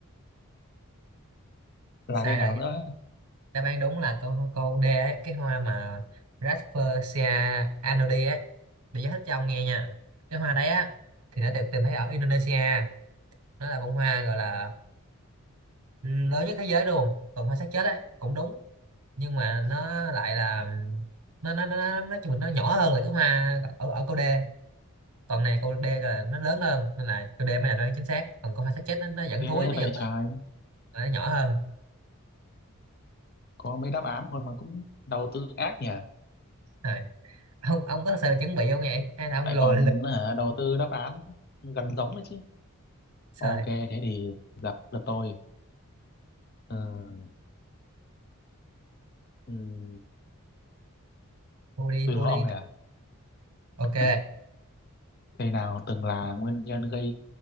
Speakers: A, on the left (about 45°); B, on the right (about 75°).
A: là
B: sai
A: cái nào
B: rồi
A: nữa
B: đáp án đúng là câu câu D ấy, cái hoa mà Rafflesia anodi ấy để giải thích cho ông nghe nha cái hoa đấy á thì nó
A: Ừ,
B: được tìm thấy ở Indonesia nó là bông hoa gọi là lớn nhất thế giới luôn còn hoa xác chết ấy cũng đúng nhưng mà nó lại là nó nó nó nó nói chung là nó nhỏ hơn là cái hoa ở ở câu D còn này câu D là nó lớn hơn nên là câu D mới là đoán chính xác còn câu hoa xác chết nó, nó vẫn
A: ghê
B: thúi nó
A: vậy
B: vẫn bớt,
A: trời
B: nó nhỏ hơn
A: có mấy đáp án thôi mà cũng đầu tư ác nhỉ
B: rồi ông ông có thật sự là chuẩn bị không vậy hay là ông
A: lại
B: lùa
A: còn
B: lừa
A: hả, đầu tư đáp án gần giống đấy chứ
B: trời
A: Ok, thế thì gặp lượt tôi. Ờ, ừm,
B: thua đi
A: tôi
B: thua
A: đố
B: đi
A: ông này à.
B: Ok,
A: <laughs> Cây nào từng là nguyên nhân gây